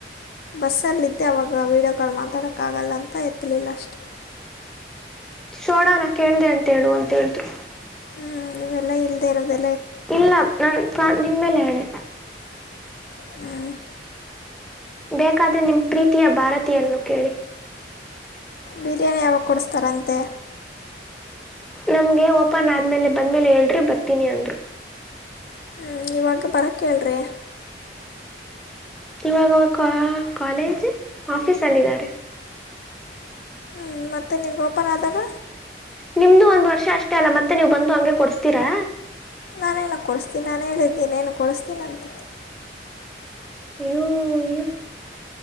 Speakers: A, on the left; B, in the centre.
A: ಬಸ್ಸಲ್ಲಿ ಮತ್ತ ಅವಾಗ ವೀಡಿಯೋ ಕಾಲ್ ಮಾತಾಡಕ್ಕ ಆಗಲ್ಲ ಅಂತ ಎತ್ತಲಿಲ್ಲ ಅಷ್ಟೆ
B: ಸೋಡಾನ ಕೇಳ್ದ ಅಂತೇಳು ಅಂತ ಹೇಳ್ರು
A: ಹ್ಮ ಈವೆಲ್ಲಾ ಇಲ್ಲದೆೇ ಇರೋದ
B: ಇಲ್ಲಾ ನನ್ ಪ್ರಾ ನಿನ್ನ ಮೇಲೆ ಆಣೆ
A: ಹೂ
B: ಬೇಕಾದ್ರೆ ನಿಮ ಪ್ರೀತಿಯ ಭಾರತೀಯನ್ನು ಕೇಳಿ
A: ಬಿರಿಯಾನಿ ಯಾವಾಗ ಕೊಡಸ್ತಾರಂತೆ
B: ನಮ್ಗೆ ಓಪನ್ ಆದ್ಮೇಲೆ ಬಂದ್ಮೇಲೆ ಹೇಳ್ರಿ ಬರ್ತೀನಿ ಅಂದ್ರು
A: ಹ್ಞ ಇವಾಗ ಬರಕ್ಕೆೇಳ್ರೀ
B: ಇವಾಗ ಅವರು ಕಾ ಕಾಲೇಜ್ ಆಫೀಸ್ ಅಲ್ಲಿದ್ದಾರೆ
A: ಹ್ಮ ಮತ್ತೆ ನಿಮ್ ಓಪನ್ ಆದಾಗ
B: ನಿಮ್ದು ಒಂದ್ ವರ್ಷ ಅಷ್ಟೇ ಅಲ್ಲ ಮತ್ತೆ ನೀವು ಬಂದು ಹಂಗೆ ಕೊಡ್ಸ್ತೀರಾ
A: ನಾನೇನ ಕೊಡಿಸ್ತೀನ ಅಂದಿದೇನೇನು ಕೊಡಿಸ್ತೀನಂತ
B: ಅಯ್ಯೋ ಯೋ